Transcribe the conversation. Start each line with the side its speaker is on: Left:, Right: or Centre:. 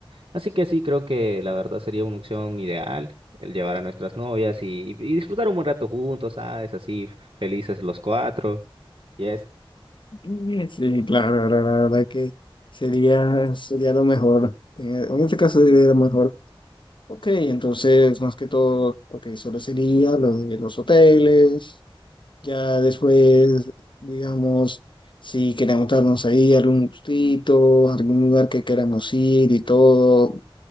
Right: Así que sí, creo que la verdad sería una opción ideal el llevar a nuestras novias y, y disfrutar un buen rato juntos, ¿sabes? Así felices los cuatro. Yes.
Left: Mm, Sí, claro, la la- la verdad que sería, sería lo mejor. Eh, En este caso sería lo mejor. Ok, entonces, más que todo, ok, solo sería lo de los hoteles. Ya después, digamos, si queremos darnos ahí algún gustito, algún lugar que queramos ir y todo,